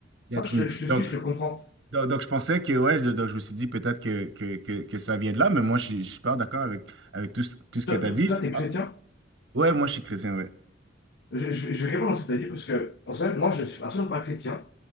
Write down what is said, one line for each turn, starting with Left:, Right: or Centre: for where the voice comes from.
Right: d'être
Left: Non, je
Right: une...
Left: te, je te
Right: Donc,
Left: suis, je te comprends.
Right: donc, donc, je pensais que, ouais, donc je me suis dit peut-être que, que, que, que ça vient de là, mais moi, je, suis- je suis pas d'accord avec, avec tout, ce- tout ce
Left: Toi,
Right: que tu
Left: toi,
Right: as dit.
Left: toi, t'es chrétien?
Right: Ah, ouais, moi, je suis chrétien, ouais.
Left: Je, je, je vais répondre à ce que t'as dit parce que, en fait, moi, je suis absolument pas chrétien.